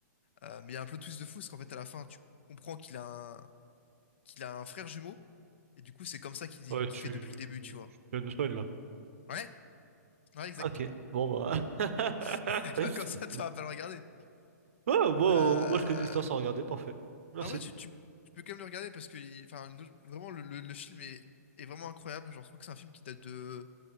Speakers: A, on the left; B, on the right.
A: Euh, mais il y a un plot twist de fou, parce qu'en fait, à la fin, tu comprends qu'il a un, qu'il a un frère jumeau, et du coup, c'est comme ça qu'il
B: Ouais,
A: qu'il
B: tu...
A: fait depuis le début, tu vois.
B: Tu viens de spoil, là.
A: Ouais, ouais, exactement.
B: Ok, bon bah...
A: <laughs>
B: <laughs>
A: Pas comme ça, tu vas pas le regarder.
B: Ouais, moi,
A: Euh...
B: moi je connais l'histoire sans regarder, parfait. Merci.
A: mais En vrai, tu, tu, tu peux quand même le regarder parce que il- enfin, nous- vraiment, le, le- le film est, est vraiment incroyable. Genre, je trouve que c'est un film qui date de